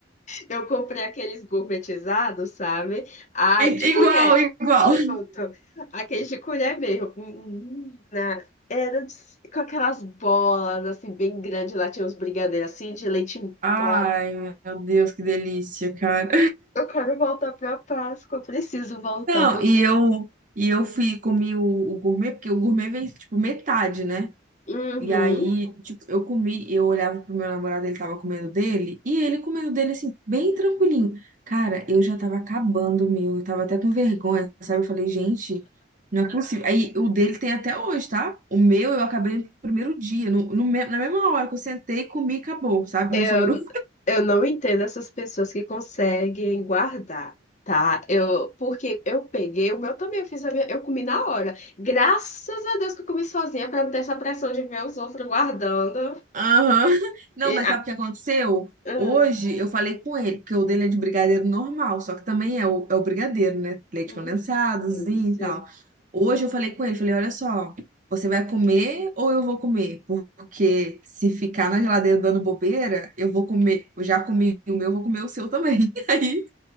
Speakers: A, on the left; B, on the right.
A: Eu comprei aqueles gourmetizados, sabe? Ai,
B: I-
A: de colher.
B: Igual, igual.
A: Pronto. Aqueles de colher mesmo. Menina, era de- com aquelas bolas, assim, bem grandes. Lá tinha uns brigadeiros, assim, de leite em
B: Ai,
A: pó.
B: meu Deus, que delícia, cara.
A: Eu quero voltar pra Páscoa. Eu preciso voltar.
B: Não,
A: porque-
B: e eu e eu fui comi o, o gourmet, porque o gourmet vem tipo metade, né?
A: Uhum.
B: E aí, tipo, eu comi, eu olhava pro meu namorado, ele tava comendo dele, e ele comendo dele, assim, bem tranquilinho. Cara, eu já tava acabando o meu, eu tava até com vergonha, sabe? Eu falei, gente, não é possível. Aí, o dele tem até hoje, tá? O meu eu acabei no primeiro dia, no, no me- na mesma hora que eu sentei, comi e acabou, sabe?
A: Eu,
B: Não sobrou
A: eu não entendo essas pessoas que conseguem guardar, tá? Eu, porque eu peguei, o meu também, eu fiz a minha, eu comi na hora. Graças a Deus que eu comi sozinha para não ter essa pressão de ver os outros guardando.
B: Aham. <laughs> Não,
A: E,
B: mas
A: ah,
B: sabe o que aconteceu?
A: ah,
B: Hoje eu falei com ele, porque o dele é de brigadeiro normal, só que também é o, é o brigadeiro, né? Leite
A: hum,
B: condensadozinho
A: delícia.
B: e tal. Hoje eu falei com ele, falei, olha só, você vai comer ou eu vou comer? Porque se ficar na geladeira dando bobeira, eu vou comer, eu já comi o meu, eu vou comer o seu também. <laughs> Aí